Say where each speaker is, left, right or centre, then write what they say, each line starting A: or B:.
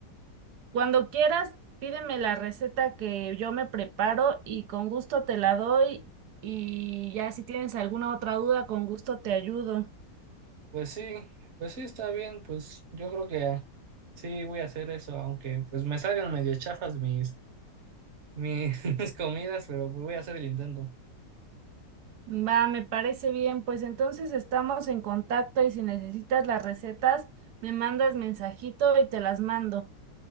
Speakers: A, on the right (about 70°); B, on the right (about 45°).
A: Cuando quieras, pídeme la receta que yo me preparo y con gusto te la doy. Y ya si tienes alguna otra duda, con gusto te ayudo.
B: Pues sí, pues sí está bien, pues yo creo que sí voy a hacer eso, aunque pues me salgan medio chafas mis mis <laughs> comidas, pero pues voy a hacer el intento.
A: Va, me parece bien. Pues entonces estamos en contacto y si necesitas las recetas, me mandas mensajito y te las mando.